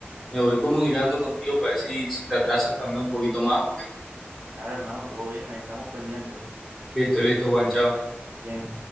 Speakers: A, in the centre; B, on the right.
A: me voy comunicando contigo para ver si, si te atrasas también un poquito más o qué.
B: Claro, hermano, todo bien, ahí estamos pendientes.
A: Listo, listo, Juan, chao.
B: Bien.